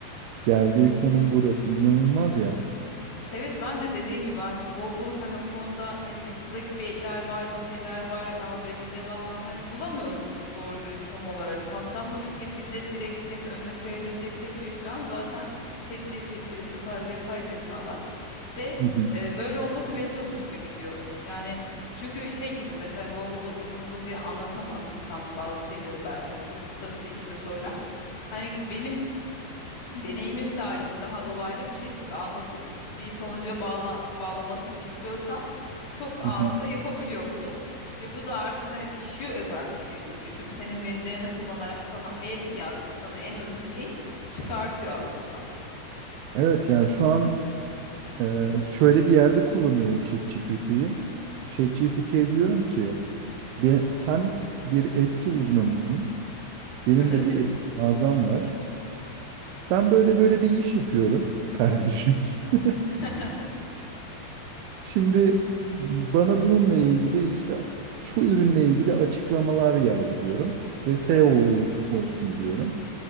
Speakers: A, on the right; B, on the left.
A: geldiği konum burası. İnanılmaz ya.
B: Evet ben de dediğin gibi artık Google hani o konuda ne bileyim clickbaitler var, bir şeyler var, haberin devamı hani bulamıyorsun doğru dürüst tam olarak. Kapsamlı bir şekilde direkt senin önüne koyabilecek tek şey şu an zaten ChatGPT, bu tarz yapay zekalar. Ve
A: Hı hı.
B: e, böyle olması benim de hoşuma gidiyor. Yani çünkü şey gibi mesela Google'da uzun uzadıya anlatamazsın tam bazı şeyleri belki. Yani çok kısa bir şekilde sorular. Hani benim deneyimim dahilinde daha dolaylı bir şekilde anlatıp bir sonuca bağla bağlamasını istiyorsam çok anında
A: Hı hı.
B: yapabiliyor bunu. Ve bu da artık hani kişiye özel bir şeye dönüşüyor. Çünkü senin verilerini kullanarak sana en yatkın, sana en uygun şeyi çıkartıyor aslında.
A: Evet yani şu an e, şöyle bir yerde kullanıyorum ChatGPT'yi. ChatGPT'ye diyorum ki "Ben- sen bir Etsy uzmanısın. Benim
B: Evet,
A: de bir Etsy mağazam var. Ben böyle böyle bir iş yapıyorum kardeşim. <laughs>
B: <laughs>
A: Şimdi bana bununla ilgili işte şu ürünle ilgili açıklamalar yaz diyorum ve SEO
B: evet,
A: uyumlu olsun diyorum.